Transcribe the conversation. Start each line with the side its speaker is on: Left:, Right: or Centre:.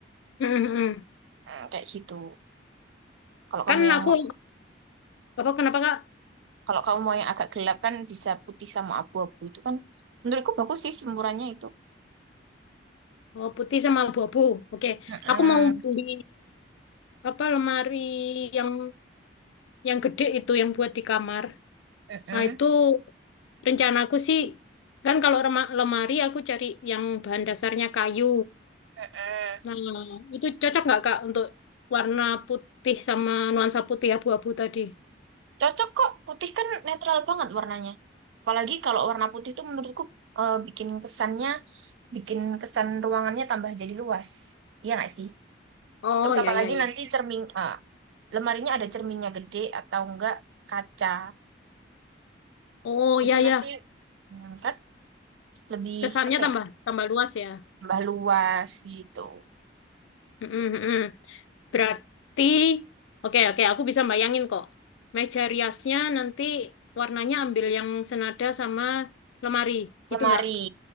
Left: Mm, mm, mm.
Right: Hmm, kayak gitu. Kalau
Left: Kan
Right: kamu yang
Left: aku
Right: mau-
Left: apa kenapa, Kak?
Right: kalau kamu mau yang agak gelap kan bisa putih sama abu-abu itu kan menurutku bagus sih campurannya itu.
Left: Oh, putih sama abu-abu. Oke.
Right: Mm-mm.
Left: Aku mau beli apa lemari yang yang gede itu yang buat di kamar.
Right: Mm-mm.
Left: Nah, itu rencanaku sih, kan kalau rema- lemari aku cari yang bahan dasarnya kayu.
Right: Mm-mm.
Left: Nah, itu cocok nggak Kak untuk warna putih sama nuansa putih abu-abu tadi?
Right: Cocok kok, putih kan netral banget warnanya. Apalagi kalau warna putih tuh menurutku eh, bikin kesannya, bikin kesan ruangannya tambah jadi luas. Iya nggak sih?
Left: Oh,
Right: Terus
Left: ya,
Right: apalagi
Left: ya, ya.
Right: nanti cermin, eh, lemarinya ada cerminnya gede atau enggak kaca.
Left: Oh, ya,
Right: Itu
Left: ya.
Right: nanti hmm, kan lebih
Left: Kesannya
Right: apa
Left: tambah
Right: ya,
Left: tambah luas ya.
Right: tambah luas gitu.
Left: Mm-mm, mm-mm. Berarti, oke, oke, aku bisa bayangin kok. Meja riasnya nanti warnanya ambil yang senada sama lemari,
Right: Lemari.
Left: gitu nggak?